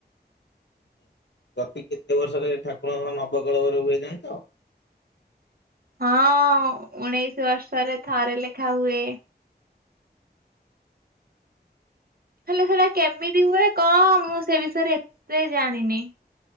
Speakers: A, on the left; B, on the right.
A: ହୁଁ। ପ୍ରତି କେତେ ବର୍ଷରେ ଠାକୁରଙ୍କ ନ ବପ କଳେବର ହୁଏ ଜାଣିଚ?
B: ହଁ ଉଣେଇଶି ବର୍ଷରେ ଥରେ ଲେଖା ହୁଏ। ହେଲେ ସେଟା କେମିତି ହୁଏ କଁ ମୁଁ ସେ ବିଷୟରେ ଏତେ ଜାଣିନି